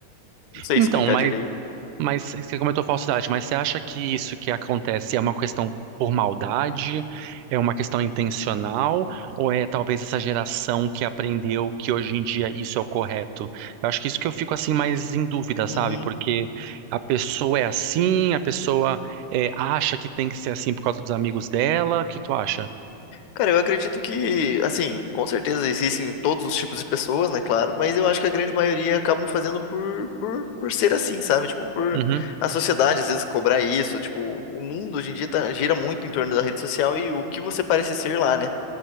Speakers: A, on the left; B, on the right.
A: não sei
B: Então,
A: explicar
B: mas
A: direito.
B: Mas você comentou falsidade, mas você acha que isso que acontece é uma questão por maldade, é uma questão intencional, ou é talvez essa geração que aprendeu que hoje em dia isso é o correto? Eu acho que isso que eu fico assim mais em dúvida,
A: Uhum.
B: sabe? Porque a pessoa é assim, a pessoa é, acha que tem que ser assim por causa dos amigos dela. O que tu acha?
A: Cara, eu acredito que, assim, com certeza existem todos os tipos de pessoas, né, claro, mas eu acho que a grande maioria acabam fazendo por, por, por ser assim, sabe? Tipo, por
B: Uhum,
A: a sociedade às vezes cobrar isso, tipo, o mundo hoje em dia tá- gira muito em torno da rede social e o que você parece ser lá, né?